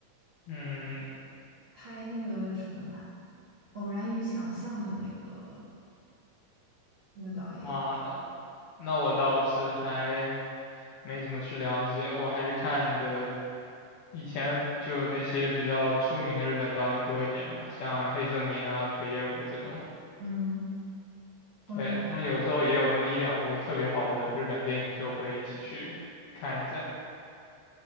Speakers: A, on the left (about 70°); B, on the right (about 45°).
A: 嗯
B: 拍那个什么的啊偶然与想象》的那个那个导演，
A: 啊，那我倒是还没怎么去了解，我还是看的。以前就那些比较出名的日本导演多一点吧，像黑泽明啊、北野武这种。
B: 嗯，偶然。
A: 对，但有时候也有那么一两部特别好的日本电影，就会一起去看一下。